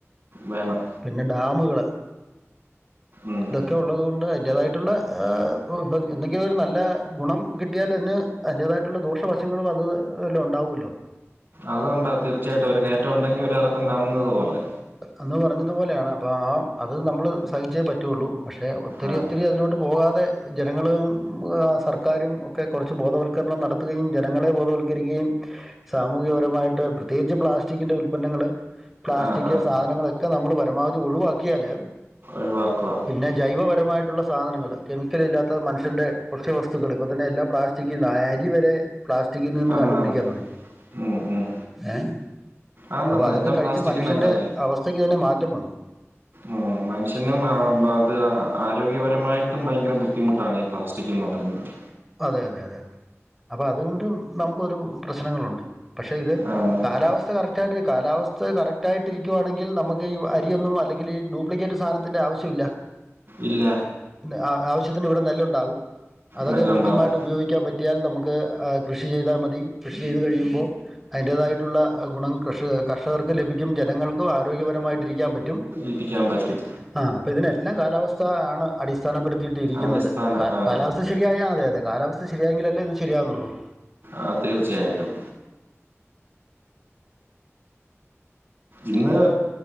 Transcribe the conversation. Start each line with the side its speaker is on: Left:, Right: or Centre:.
Right: വേണം.
Centre: പിന്നെ ഡാമ്കള്
Right: ഉം
Centre: ഇതൊക്കെ ഉള്ളതുകൊണ്ട് അതിന്റേതായ്ട്ട്ള്ള ആ ഒ ഇപം എന്തെങ്കിലും ഒരു നല്ല ഗുണം കിട്ടിയാല് അതിന് അയിന്റേതായ്ട്ട്ള്ള ദോഷവശങ്ങളും അത് എല്ലോം ഉണ്ടാവൂല്ലോ.
Right: അതു ഉണ്ട്. തീർച്ചയായ്ട്ടും ഒരു കേറ്റ ഉണ്ടെങ്കി ഒരെറക്കം കാണുന്നത് പോലെ.
Centre: അന്ന് പറഞ്ഞത് പോലെയാണ് അപ്പോ ആം അത് നമ്മള് സഹിച്ചേ പറ്റാെള്ളൂ. പക്ഷെ ഒത്തിരി
Right: ആഹ്
Centre: ഒത്തിരി അതിലോട്ട് പോകാതെ ജനങ്ങള് ഉം അ സർക്കാരും ഒക്കെ കാെറച്ച് ബോധവൽ ക്കരണം നടത്ത്കയും ജനങ്ങളെ ബോധവൽക്കരിക്കേം സാമൂഹ്യപരമായിട്ട് പ്രത്യേകിച്ച് പ്ലാസ്റ്റിക്കിന്റെ ഉൽപന്നങ്ങള് പ്ലാസ്റ്റിക്
Right: ആഹ് ആഹ്
Centre: സാധനങ്ങളെ ക്കെ നമ്മള് പരമാവധി ഒഴിവാക്കിയാല്
Right: ഒഴിവാക്കാ
Centre: പിന്നെ ജൈവപരമായിട്ടുള്ള സാധനങ്ങള് കെമിക്കലില്ലാത്ത മനുഷ്യന്റെ ഭക്ഷ്യവസ്തുക്കള് ഇപ്പ തന്നെ എല്ലാ പ്ലാസ്റ്റി ക്കീന്നാ. അരിവരെ പ്ലാസ്റ്റിക്കി നിന്ന്
Right: ആന്നാന്ന്
Centre: കണ്ടുപിടിക്കാൻ തുടങ്ങി.
Right: ഉം ഉം
Centre: ഏഹ്
Right: ആന്നാന്ന്
Centre: അപ്പൊതൊക്കെ
Right: എല്ലാം
Centre: കഴിച്ചു
Right: പ്ലാസ്റ്റിക്കിനകത്തല്ലേ
Centre: മനുഷ്യന്റെ അവസ്ഥയ്ക്കുതന്നെ മാറ്റം വന്നു
Right: ഉം മനുഷ്യനും മാ മറ്റ് ആരോഗ്യപരമായിട്ടും ഭയങ്കര ബുദ്ധിമുട്ടാണ് ഈ പ്ലാസ്റ്റിക്കെന്നുപറയുന്നത്
Centre: അതെ അതെ അതെ അപ്പൊതുകൊണ്ടും നമുക്കൊരു പ്രശ്നങ്ങളുണ്ട് പക്ഷെ ഇത്
Right: ആന്നാന്ന്
Centre: കാലാവസ് സ്ത കറക്റ്റായിട്ട് കാലാവസ്ഥ കറക്റ്റായിട്ടിരിക്കുവാണെിൽ നമ്മുക് ഈ അരിയൊന്നുംഅല്ലങ്കിൽ ഡ്യൂപ്ലിക്കേറ്റ് സാധനത്തിന്റെ ആവശ്യ ചുല്ല
Right: ഇല്ല
Centre: പിന്നെ ആ ആവശ്യത്തിന് ഇവിടെ നെല്ലുണ്ടാവും അതൊക്കെ
Right: നല്ല
Centre: കൃ
Right: ഉണ്ടാവും
Centre: ഉപയോഗിക്കാൻ പറ്റിയാൽ നമുക്ക് ആ കൃഷി ചെയ്താ മതി കൃഷി ചെയ്തുകഴിയുമ്പോ അതിൻ്റേതായിട്ടുള്ള ഗുണം കർഷ കർഷകർക്ക് ലഭിക്കും ജനങ്ങൾക്കും ആരോഗ്യപരമായിട്ടിരിക്കാൻ പറ്റു
Right: ഇരിക്കാൻ പറ്റും
Centre: അ അപ്പതിനെല്ലാം കാലാവസ്ഥ ആണ് അടിസ്ഥാനപ്പെടുത്തി യിരിക്കുന്നത്
Right: അടിസ്ഥാന
Centre: ക
Right: ആ
Centre: കാലാവസ്ഥ ശരിയായ അതെ അതെ കാലാവസ്ഥ ശരിയായെങ്കിലല്ലേ ഇത് ശരിയാകുന്നുള്ളൂ
Right: ആ തീർച്ചയായിട്ടും ഇന്ന്